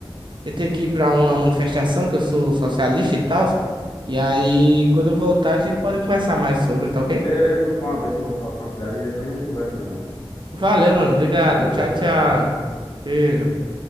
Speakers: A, on the right; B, on the left.
A: eu tenho que ir pra uma manifestação, que eu sou socialista e tal. E aí, quando eu voltar, a gente pode conversar mais sobre, tá ok?
B: beleza, vou tomar uma banho que eu vou pra faculdade e depois a gente conversa, meu mano.
A: Valeu, mano. Obrigado.
B: Valeu,
A: Tchau,
B: tchau.
A: tchau. Cheiro.